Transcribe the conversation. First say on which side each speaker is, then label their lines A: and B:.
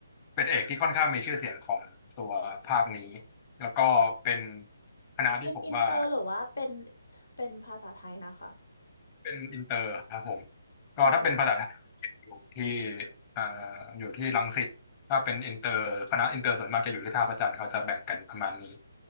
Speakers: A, on the left; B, on the left.
A: เป็นเอกที่ค่อนข้างมีชื่อเสียงของตัวภาคนี้แล้วก็เป็นคณะที่ผมว่า
B: เป็นอินเตอร์หรือว่าเป็นเป็นภาษาไทยนะคะ
A: เป็นอินเตอร์ครับผมก็ถ้าเป็นภาษาไทย
B: อ๋อ
A: อยู่ที่อ่าอยู่ที่รังสิตถ้าเป็นอินเตอร์คณะอินเตอร์ส่วนมากจะอยู่ที่ท่าพระจันทร์เขาจะแบ่งกันประมาณนี้